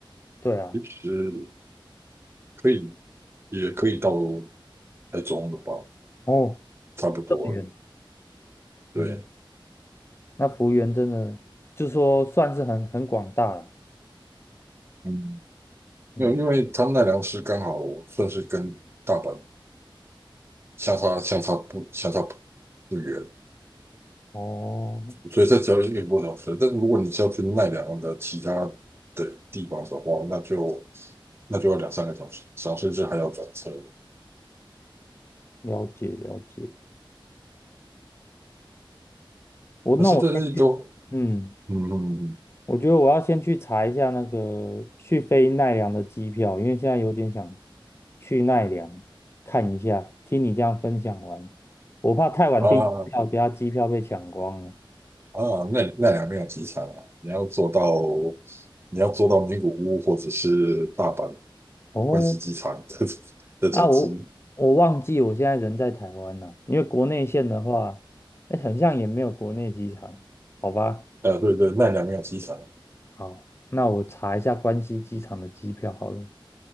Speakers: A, on the left (about 30°); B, on the right (about 30°).
A: 对啊，
B: 其实可以，也可以到台中的吧，
A: 哦，
B: 差不多了。
A: 这么远。
B: 对，
A: 嗯，那幅员真的就说算是很很广大了。
B: 嗯，
A: 嗯，
B: 因为因为他奈良市刚好算是跟大阪相差相差不相差不不远，
A: 哦，
B: 所以这只要一个多小时。但是如果你是要去奈良的其他的地方的话，那就那就要两三个小时，小时至还要转车。
A: 了解了解。我那我先去。
B: 可是这些都，
A: 嗯。
B: 嗯嗯嗯
A: 我觉得我要先去查一下那个去飞奈良的机票，因为现在有点想去奈良看一下。听你这样分享完，我怕太晚订机票，
B: 嗯
A: 等下机票被抢光了。
B: 啊啊，奈奈良没有机场啊，你要坐到你要坐到名古屋或者是大阪
A: 哦，
B: 关西机场的 <laughs> 的转机。
A: 啊，我我忘记我现在人在台湾了，因为国内线的话，哎，很像也没有国内机场，好吧？
B: 呃，对对，奈良也有机场。
A: 好，那我查一下关西机场的机票好了。